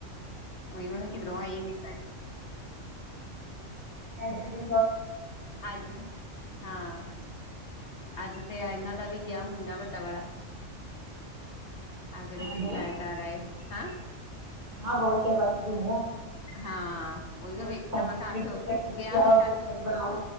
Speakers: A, on the left (about 65°); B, on the right (about 35°).
A: ਇਹਵਾਂਕ ਈ ਮ
B: ਅੜਕ ਦੀ
A: ਅੱਜ ਦੇ ਹਾਂ ਅੱਜ ਤੇ ਇਹਨਾਂ ਦਾ ਵੀ ਗਿਆ ਮੁੰਡਾ ਵੱਡਾ ਵਾਲਾ ਆ ਜਿਹੜੇ ਇਧਰ
B: ਆਇਆ
A: ਕਿਰਾਏ ਹੈ ਹਾਂ
B: ਹਾਂ ਬਹੁਤ ਬਿਲਕੁਲ ਹੈ।
A: ਹਾਂ ਉਹੀ ਤਾਂ ਵੇਖਿਆ
B: ਕਹ ਪ੍ਰੋਜੈਕਟ
A: ਮੈਂ ਕਿਹਾ ਅੱਠ
B: ਬੱਚਿਆ
A: ਗਿਆ ਵੀ
B: ਵਾ
A: ਤੇ
B: ਪ੍ਰੋਜੈਕਟ
A: ਅੱਠ ਵਜੇ
B: ਬਣਾਓ